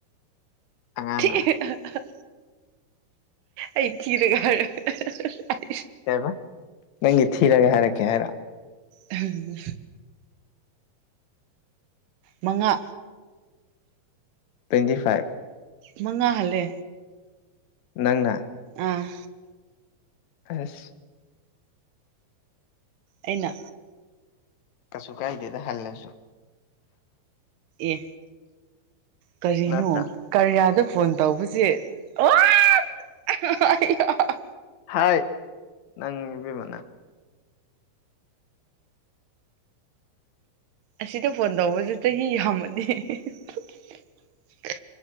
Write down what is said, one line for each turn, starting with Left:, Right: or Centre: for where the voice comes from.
Left: ꯑꯉꯥꯡꯔ
Right: ꯊꯤ ꯑꯍꯥ ꯑꯍꯥ ꯑꯩ ꯊꯤꯔꯒꯔ ꯑꯍꯥ ꯍꯥ ꯍꯥ
Left: ꯀꯩꯕ ꯅꯪꯒꯤ ꯊꯤꯔꯒ ꯍꯥꯏꯔꯛꯀꯦ ꯍꯥꯏꯔꯣ
Right: ꯎꯝ ꯃꯉꯥ
Left: ꯇ꯭ꯋꯦꯟꯇꯤ ꯐꯥꯏꯚ
Right: ꯃꯉꯥ ꯍꯜꯂꯦ
Left: ꯅꯪꯅ
Right: ꯑꯥ
Left: ꯑꯁ
Right: ꯑꯩꯅ
Left: ꯀꯁꯨ ꯀꯥꯏꯗꯦꯗ ꯍꯜꯂꯁꯨ
Right: ꯑꯦ ꯀꯔꯤꯅꯣ
Left: ꯅꯠꯇ꯭ꯔꯥ
Right: ꯀꯔꯤꯌꯥꯗ ꯐꯣꯟ ꯇꯧꯕꯁꯦ ꯑꯣꯁ ꯍꯥ ꯍꯥ ꯍꯥ
Left: ꯍꯥꯏꯠ ꯅꯪꯪ ꯏꯕꯦꯝꯃ ꯅꯪ
Right: ꯑꯁꯤꯗ ꯐꯣꯟ ꯇꯧꯕꯁꯦ ꯆꯍꯤ ꯌꯥꯝꯃꯗꯤ ꯍꯤ ꯍꯤ ꯍꯤ